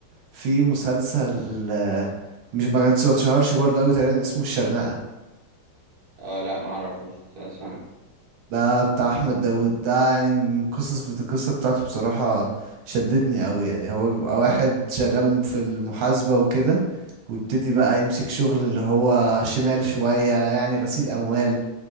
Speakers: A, on the right (about 85°); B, on the right (about 50°).
A: في مسلسل آه، مش ما كانش ما اتشهرش برضه قوي تقريبا اسمه الشرنقة
B: اه لا معرفوش مسلسل عنه
A: ده بتاع احمد داوود ده يعني من قصص القصة بتاعته بصراحة شدتني قوي يعني هو بيبقى واحد شغال في المحاسبة وكده ويبتدي بقى يمسك شغل اللي هو شمال شوية يعني غسيل اموال